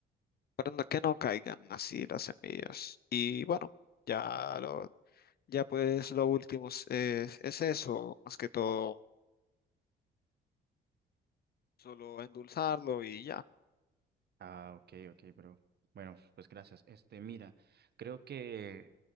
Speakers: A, on the left (about 50°); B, on the right (about 55°).
A: para no- que no caigan así las semillas. Y bueno, ya lo, ya pues lo último es, es es eso, más que todo, solo endulzarlo y ya.
B: Ah, ok, ok, bro. Bueno, pues gracias. Este, mira, creo que